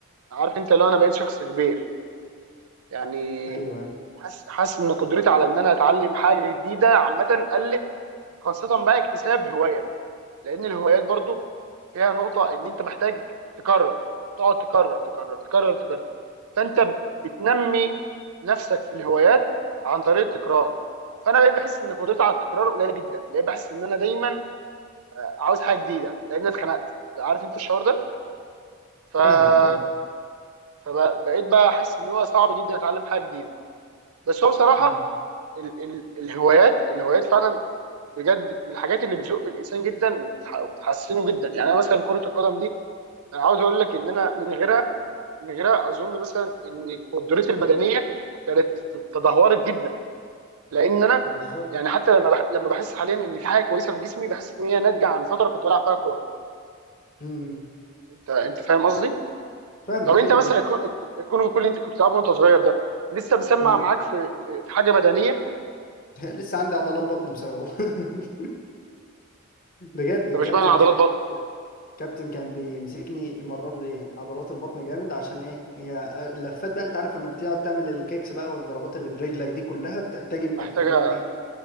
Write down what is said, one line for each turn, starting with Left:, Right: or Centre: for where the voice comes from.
Right: عارف انت لو انا بقيت شخص كبير يعني
Left: أيوه أيوه.
Right: حاسس حاسس ان قدرتي على ان انا اتعلم حاجه جديده عامه قلت خاصه بقى اكتساب هوايه لان الهوايات برضو فيها نقطه ان انت محتاج تكرر تقعد تكرر تكرر تكرر تكرر فانت بتنمي نفسك في الهوايات عن طريق التكرار فانا بقيت بحس ان قدرتي على التكرار قليله جدا بقيت بحس ان انا دايما عاوز حاجه جديده لان أنا اتخنقت عارف انت الشعور ده ف
Left: فاهمك فاهمك
Right: فبقيت بقى احس ان هو صعب جدا اتعلم حاجه جديده بس هو بصراحه
Left: مم.
Right: ال... ال... الهوايات الهوايات فعلا بجد من الحاجات اللي بتزق الانسان جدا وبتح... وبتحسنه جدا يعني انا مثلا كره القدم دي انا عاوز اقول لك ان انا من غيرها من غيرها اظن مثلا ان قدرتي البدنيه كانت تدهورت جدا لان انا
Left: بالظبط
Right: يعني حتى لما بح... لما بحس حاليا ان في حاجه كويسه في جسمي بحس ان هي ناتجه عن فتره كنت بلعب فيها كوره
Left: مم.
Right: انت انت فاهم قصدي؟
Left: فاهمك
Right: طب انت
Left: ايوه
Right: مثلا
Left: ايوه
Right: الكو- الكونغ كل اللي انت كنت بتلعبه وانت صغير ده لسه مسمع
Left: مم.
Right: معاك في في, في حاجه بدنيه
Left: <laughs> لسه عندي عضلات بطن بسببه <laughs> بجد الكابتن
Right: طب اشمعنى عضلات
Left: كابتن
Right: بطن
Left: كابتن كان بيمسكني يمرر لي عضلات البطن جامد عشان ايه هي اللفات بقى انت عارف لما بتقعد تعمل الكيكس بقى والضربات اللي برجلك دي كلها بتحتاج انك
Right: محتاجه
Left: تكون ايه